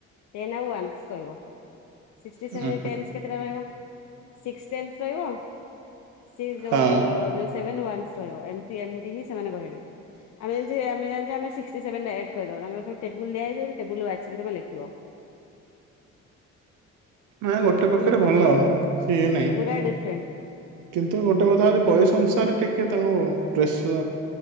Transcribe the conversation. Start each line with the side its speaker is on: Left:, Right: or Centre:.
Left: Ten ଆଉ ୱନ୍ସ କହିବ। ସିକ୍ସଟି ସେଭେନ୍ଟି
Right: ଉଁ
Left: ଟେନ୍ସ କେତେଟା ରହିବ ସିକ୍ସ ଟେନ୍ସ ରହିବ ସେ ଯୋଉ,
Right: ହଁ
Left: ଯୋଉ ସେଭେନ ୱ। ନସ୍ ରହିବ ଏମତି ଏମତି ହିଁ ସେମାନେ କହିବେ। ଆମେ ଯେମିତି ସିକ୍ସଟି ସେଭେନ ଡାଇରେଟ ତାଙ୍କର ସବୁ ଟେବୁଲ୍ ଦିଆହେଇଥିବ ଟେବୁଲରୁ ବାଛିକି ଲେଖିବ। <inaudible>
Right: ନାଇଁ ଗୋଟେ
Left: ପୁରା
Right: ପକ୍ଷରେ ଭଲ ସିଏ ନାହିଁ।
Left: ପୁରା ଡିଫରେଣ୍ଟ
Right: କିନ୍ତୁ, ଗୋଟେ କଥା ହଉଛି ବୟସ ଅନୁସାରେ ଟିକେ ତାଙ୍କୁ ପ୍ରେସ